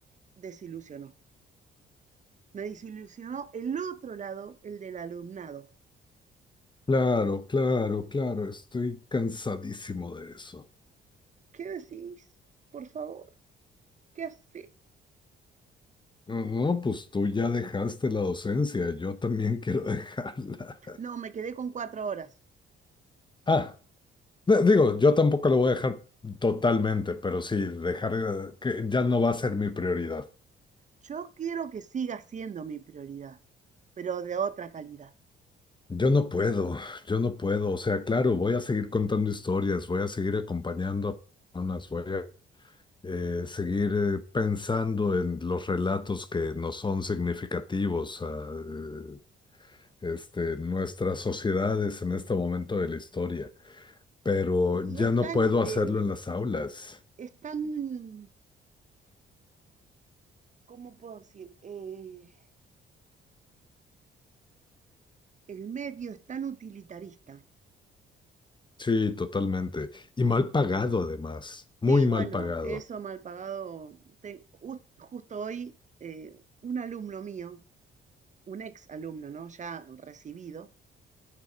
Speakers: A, on the right; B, on the left.
A: desilusionó, me desilusionó el otro lado, el del alumnado.
B: Claro, claro, claro, estoy cansadísimo de eso.
A: ¿Qué decís? Por favor, ¿qué hace?
B: No, no, pues tú ya dejaste la docencia, yo también quiero dejarla.
A: No, me quedé con cuatro horas.
B: <laughs> D- Digo, yo tampoco lo voy a dejar totalmente, pero sí, dejar eh, que ya no va a ser mi prioridad.
A: Yo quiero que siga siendo mi prioridad, pero de otra calidad.
B: Yo no puedo, yo no puedo. O sea, claro, voy a seguir contando historias, voy a seguir acompañando a personas, voy a eh, seguir eh, pensando en los relatos que nos son significativos a eh, este, nuestras sociedades en este momento de la historia, pero
A: Y
B: ya
A: es
B: no
A: tan,
B: puedo hacerlo
A: eh,
B: en las aulas.
A: es tan ¿cómo puedo decir? Eh, el medio es tan utilitarista.
B: Sí, totalmente. Y mal pagado además, muy
A: Sí, bueno,
B: mal pagado,
A: eso mal pagado. Te- jus- justo hoy, eh, un alumno mío, un ex alumno, ¿no? Ya recibido,